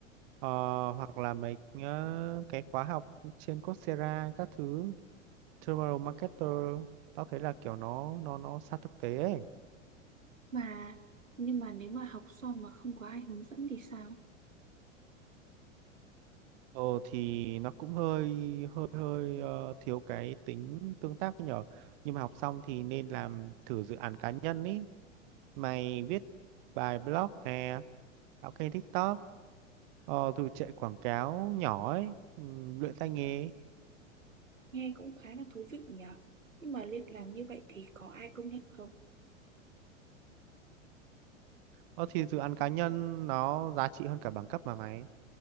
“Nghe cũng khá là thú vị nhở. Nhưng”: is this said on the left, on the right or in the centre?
Right